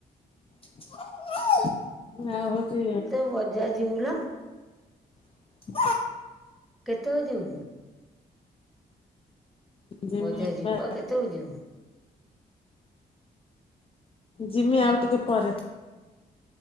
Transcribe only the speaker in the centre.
ତୁ ବଜାର ଯିବୁ ଲୋ।
କେତେବେଳେ ଯିବୁ କି?
ବଜାର ଯିବୁ
ବା କେତ ବେଳକୁ ଯିବୁ?